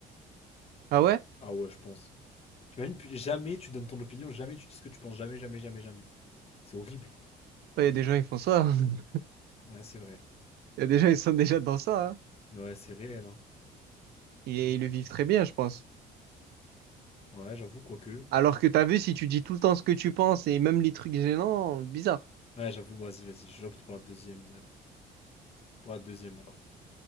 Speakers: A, on the right; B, on the left.
A: Ah ouais?
B: Ah ouais, je pense. T'imagines, puis jamais tu donnes ton opinion, jamais tu dis ce que tu penses, jamais, jamais, jamais, jamais. C'est horrible.
A: Ouais, Il y a des gens, ils font ça. <laughs>
B: Ouais, c'est vrai.
A: Il y a des gens, ils sont déjà dans ça. hein.
B: Ouais, c'est réel, hein.
A: Et
B: C'est vrai,
A: ils
B: ça.
A: le vivent très bien, je pense.
B: Ouais, j'avoue, quoique.
A: Alors que t'as vu, si tu dis tout le temps ce que tu penses et même les trucs gênants, bizarre.
B: Ouais, j'avoue, vas-y, vas-y, j'opte pour la deuxième. euh, Pour la deuxième, alors.